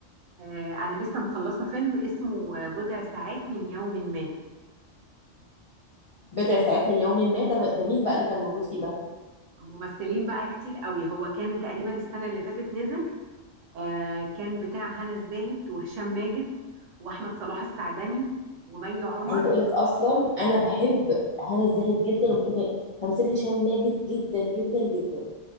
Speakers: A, on the right; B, on the left.
A: آه انا لسه مخلصة فيلم اسمه بضع ساعات من يوم ما
B: بضع ساعات من يوم ما ده ده مين بقى اللي كان موجود فيه ده
A: ممثلين بقى كتير قوي هو كان تقريبا السنة اللي فاتت نزل آه كان بتاع هنا الزاهد وهشام ماجد واحمد صلاح السعدني ومي عمر
B: عايزه اقولك اصلا انا بحب هنا الزاهد جدا وبحب تمثيل هشام ماجد جدا جدا جدا